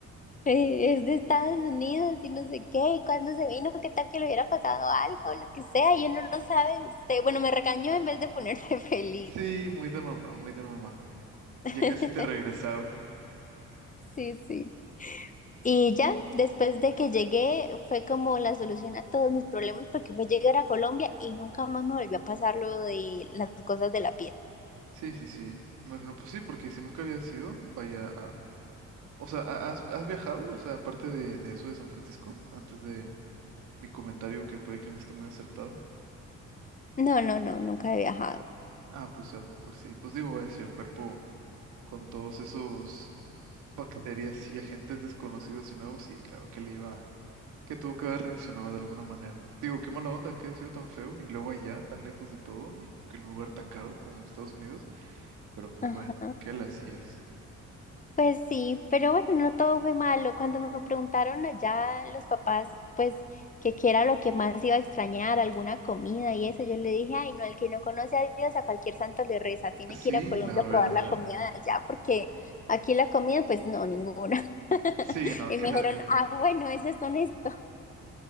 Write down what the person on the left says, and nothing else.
eh, es de Estados Unidos y no sé qué, y cuando se vino, qué tal que le hubiera pasado algo, lo que sea, y uno no sabe, usted, bueno, me regañó en vez de ponerse <laughs> feliz.
<laughs>
Sí, sí. Y ya, después de que llegué, fue como la solución a todos mis problemas porque fue llegar a Colombia y nunca más me volvió a pasar lo de las cosas de la piel.
No, no, no, nunca he viajado.
Ajá.
Pues sí, pero bueno, no todo fue malo. Cuando me preguntaron allá los papás, pues que qué era lo que más iba a extrañar, alguna comida y eso, yo le dije, ay, no, el que no conoce a Dios, a cualquier santo le reza, tiene
que ir a Colombia
a probar la comida de allá, porque aquí la comida, pues no, ninguna.
Y
me
dijeron, ah, bueno, eso es honesto.